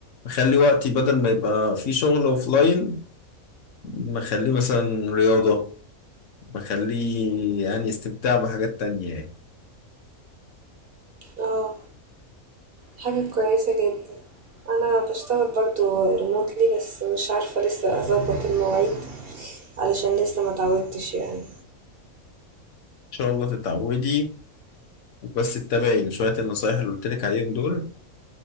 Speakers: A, on the left (about 65°); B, on the right (about 55°).
A: بخلي وقتي بدل ما يبقى في شغل اوفلاين بخليه مثلا رياضة بخليه يعني استمتاع بحاجات تانية يعني.
B: اه حاجة كويسة جدا انا بشتغل برضو ريموتلي بس مش عارفة لسه اظبط المواعيد علشان لسه ما اتعودتش يعني
A: شاء الله تتعودي بس اتبعي شوية النصايح اللي قلت لك عليهم دول